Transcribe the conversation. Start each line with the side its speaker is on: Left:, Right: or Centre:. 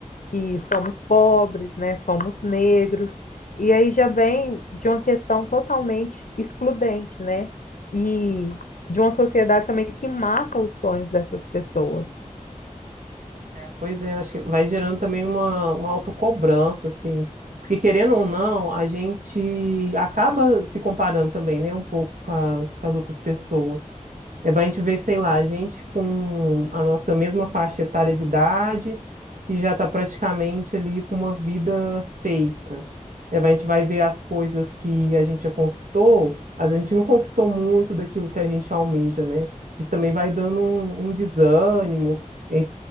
Left: que somos pobres, né? Somos negros. E aí já vem de uma questão totalmente excludente, né? E de uma sociedade também que mata os sonhos dessas pessoas.
Right: É, pois é, acho que vai gerando também uma, uma autocobrança, assim. Porque querendo ou não, a gente acaba se comparando também, né, um pouco com as, com as outras pessoas. É, vai a gente ver, sei lá, gente com a nossa mesma faixa etária de idade, que já está praticamente ali com uma vida feita. É, vai a gente vai ver as coisas que a gente já conquistou, a gente não conquistou muito daquilo que a gente almeja, né? Isso também vai dando um, um desânimo, e,